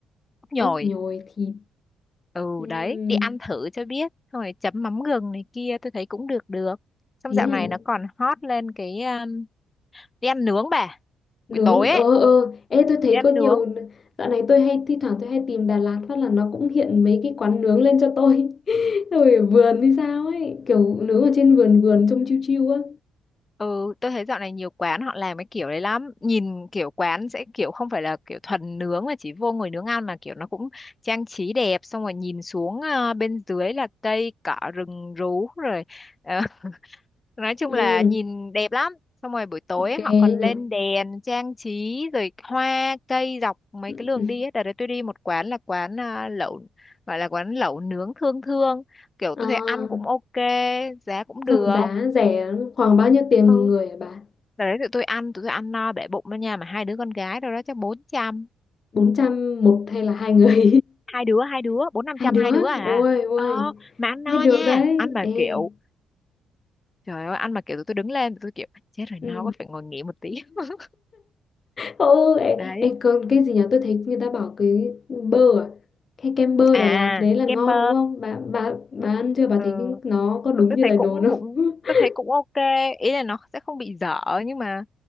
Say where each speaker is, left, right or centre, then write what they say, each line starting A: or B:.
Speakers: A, on the left (about 25°); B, on the left (about 45°).
A: ốc nhồi
B: ốc nhồi thịt
A: ừ
B: Ừm,
A: đấy đi ăn thử cho biết xong rồi chấm mắm gừng này kia tôi thấy cũng được được xong
B: thế
A: dạo này
B: à
A: nó còn hot lên cái um, đi ăn nướng bà
B: Nướng
A: buổi tối
B: ờ
A: ấy
B: ờ ê tôi thấy
A: đi ăn
B: có nhiều
A: nướng
B: dạo này tôi hay thi thoảng tôi hay tìm Đà Lạt phát là nó cũng hiện mấy cái quán nướng lên cho tôi <laughs> rồi ở vườn hay sao ấy kiểu nướng ở trên vườn vườn trông chiêu chiêu á
A: Ừ, tôi thấy dạo này nhiều quán họ làm cái kiểu đấy lắm. Nhìn kiểu quán sẽ kiểu không phải là kiểu thuần nướng mà chỉ vô ngồi nướng ăn mà kiểu nó cũng trang trí đẹp xong rồi nhìn xuống ờ, bên dưới là cây cỏ rừng rú rồi ờ, <laughs> nói chung
B: ừ
A: là nhìn đẹp lắm. Xong rồi buổi tối
B: ok
A: ấy, họ còn lên
B: nhỉ
A: đèn trang trí rồi hoa cây dọc mấy
B: <laughs>
A: cái đường đi ấy. Đợt đấy tôi đi một quán là quán ờ, lẩu gọi là quán lẩu nướng thương thương kiểu tôi
B: à,
A: thấy ăn cũng ok giá cũng được
B: dòng giá rẻ khoảng bao nhiêu tiền
A: Ừ.
B: một người hả bà
A: Đợt đấy tụi tôi ăn, tụi tôi ăn no bể bụng đó nha. Mà hai đứa con gái đâu đó chắc bốn trăm,
B: 400 một hay là hai người
A: Hai đứa, hai đứa,
B: <laughs>
A: bốn năm
B: hai
A: trăm
B: đứa
A: hai đứa à.
B: ôi ôi
A: Ờ, mà ăn no
B: thế được
A: nha.
B: đấy
A: Ăn mà
B: ê
A: kiểu, trời ơi, ăn mà kiểu tụi tôi đứng lên. Tụi tôi kiểu, chết rồi
B: ừ.
A: no quá phải ngồi nghỉ một tí. <laughs>
B: ừ ấy,
A: Đấy.
B: ấy, còn cái gì nhỉ tôi thấy người ta bảo cái bơ à cái kem bơ
A: À,
B: Đà Lạt đấy là ngon
A: kem bơ.
B: đúng không bà bà bà ăn chưa bà
A: Ừ,
B: thấy nó có đúng
A: tôi
B: như
A: thấy
B: lời
A: cũng,
B: đồn không
A: cũng,
B: <laughs>
A: tôi thấy cũng ok. Ý là nó sẽ không bị dở. Nhưng mà,